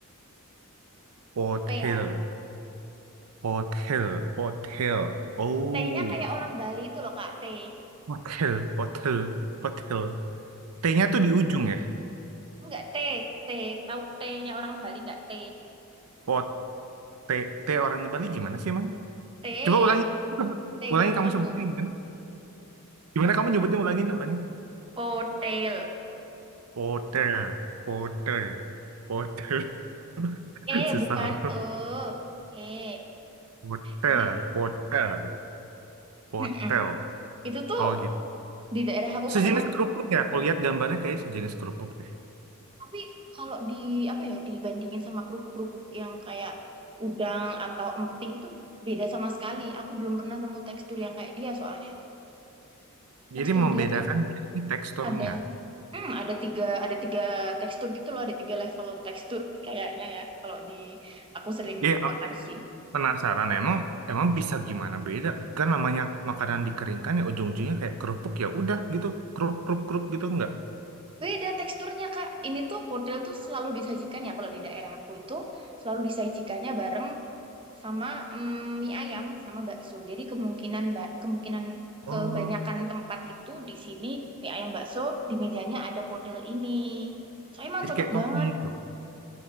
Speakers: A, on the right; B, on the right.
A: Pothil,
B: P ya.
A: pothil, pothil. Oh,
B: T-nya kayak orang Bali itu loh Kak, T.
A: pothil, pothil, pothil. T-nya tuh di ujung ya.
B: Enggak, T, T. Tahu T-nya orang Bali enggak, T.
A: Eh, T T orangnya Bali gimana sih emang?
B: T
A: Coba ulangi.
B: yang T
A: Ulangi
B: di tengah
A: kamu sebutnya gimana? Gimana kamu nyebutnya ulangin, ulangin.
B: hotel
A: Porter, porter, porter. <laughs>
B: Eh,
A: Susah.
B: bukan E. Oke.
A: Porter,
B: Jadi,
A: porter, porter.
B: mm-mm. Itu tuh
A: Oh gitu.
B: di daerah aku
A: Sejenis
B: kan emang banyak.
A: kerupuk ya. Aku lihat gambarnya kayak sejenis kerupuk deh.
B: Tapi kalau di apa ya dibandingin sama kerupuk-kerupuk yang kayak udang atau emping itu beda sama sekali. Aku belum pernah nemu tekstur yang kayak dia soalnya. Tekstur
A: Jadi membedakan
B: dia tuh
A: ini teksturnya.
B: ada hmm, ada tiga ada tiga tekstur gitu loh, ada tiga level tekstur kayaknya ya kalau di aku sering
A: Ya
B: makan sih.
A: penasaran emang emang bisa gimana beda? Kan namanya makanan dikeringkan ya ujung-ujungnya kayak kerupuk ya udah gitu. Kerup kerup kerup gitu enggak?
B: Beda teksturnya, Kak. Ini tuh pudel tuh selalu disajikan ya kalau di daerah aku itu selalu disajikannya bareng sama mm, mie ayam sama bakso. Jadi kemungkinan mbak kemungkinan
A: Oh,
B: kebanyakan tempat itu di sini mie ayam bakso di mejanya ada pudel ini. Soalnya emang
A: jadi
B: cocok
A: kayak topping
B: banget.
A: gitu.